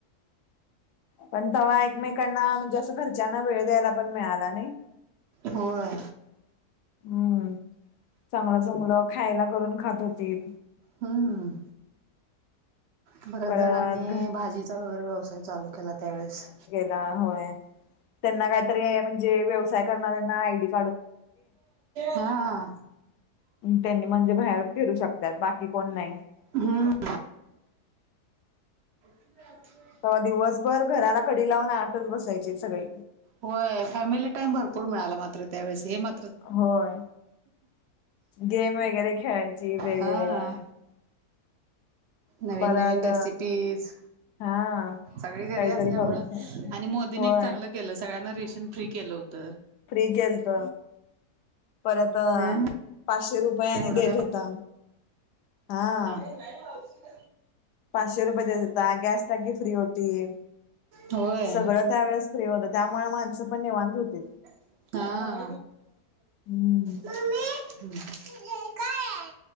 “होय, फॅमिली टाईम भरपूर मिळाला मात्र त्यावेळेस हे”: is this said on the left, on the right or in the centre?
Right